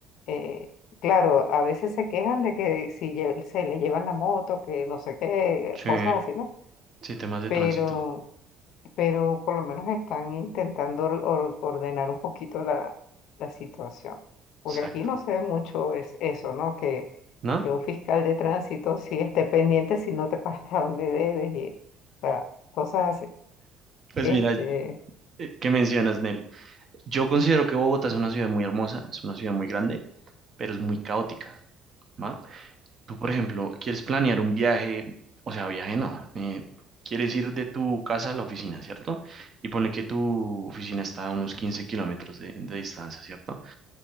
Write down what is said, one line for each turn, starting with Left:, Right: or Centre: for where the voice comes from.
Left: eh, claro, a veces se quejan de que si lle- se le llevan la moto, que no sé qué,
Right: Sí.
Left: cosas así, ¿no?
Right: Sí, temas de
Left: Pero
Right: tránsito.
Left: pero por lo menos están intentando or- or- ordenar un poquito la, la situación. Porque
Right: Exacto.
Left: aquí no se ve mucho es eso, ¿no? Que,
Right: ¿No?
Left: que un fiscal de tránsito sí esté pendiente si no te <laughs> pagas a donde debes y, o sea, cosas así.
Right: Pues
Left: Este,
Right: mira, eh, ¿qué mencionas, Nel? Yo considero que Bogotá es una ciudad muy hermosa, es una ciudad muy grande, pero es muy caótica, ¿va? Tú, por ejemplo, quieres planear un viaje, o sea, viaje no, eh, quieres ir de tu casa a la oficina, ¿cierto? Y ponle que tu oficina está a unos 15 kilómetros de, de distancia, ¿cierto?